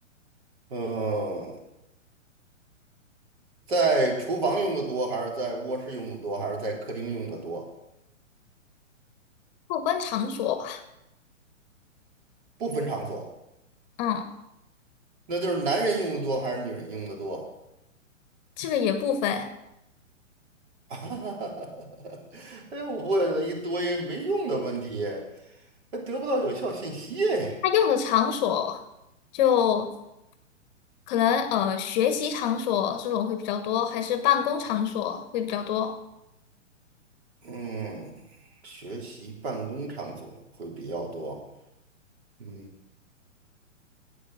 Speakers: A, on the right; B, on the left.
A: 嗯、在厨房用的多，还是在卧室用的多，还是在客厅用的多？
B: 过关场所吧，
A: 不分场所，
B: 嗯，
A: 那就是男人用的多还是女人用的多？
B: 这个也不分。
A: <laughs> 哎呦，我问了一堆没用的问题，还得不到有效信息哎。
B: 它用的场所就可能呃学习场所这种会比较多，还是办公场所会比较多。
A: 嗯。学习办公场所会比较多。嗯，